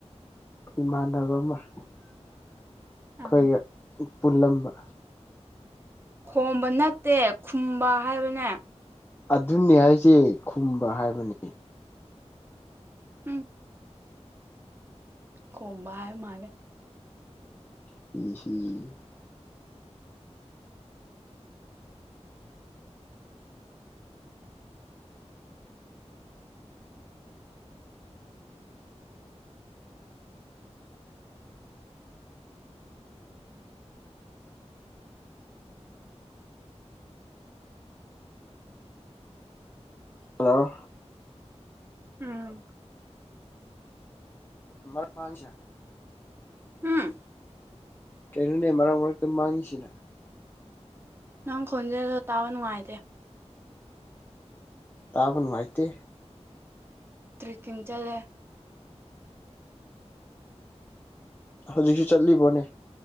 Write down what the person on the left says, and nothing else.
ꯏꯃꯥꯟꯅꯕ ꯑꯃ ꯑꯩꯈꯣꯏꯒ
ꯄꯨꯜꯂꯝꯕ
ꯑꯗꯨꯅꯦ ꯍꯥꯏꯁꯦ ꯈꯨꯝꯕ ꯍꯥꯏꯕꯅꯤ
<unintelligible> ꯍꯜꯂꯣ
<unintelligible>
ꯀꯩꯅꯣꯅꯦ ꯃꯔꯛ ꯃꯔꯛꯇ ꯃꯥꯡꯉꯤꯁꯤꯅ
ꯇꯥꯕ ꯅꯨꯡꯉꯥꯏꯇꯦ
ꯍꯧꯖꯤꯛꯁꯨ ꯆꯠꯂꯤꯕꯣꯅꯦ